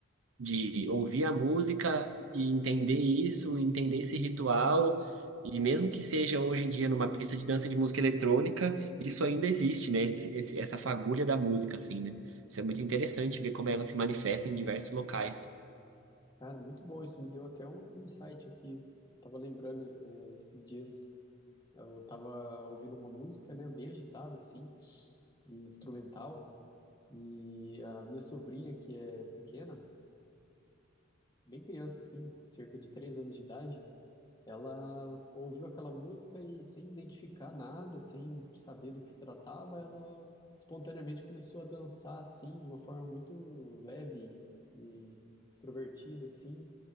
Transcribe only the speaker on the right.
de ouvir a música e entender isso, entender esse ritual. E mesmo que seja hoje em dia numa pista de dança de música eletrônica, isso ainda existe, né? Esse- esse- essa fagulha da música, assim, né? Isso é muito interessante ver como ela se manifesta em diversos locais.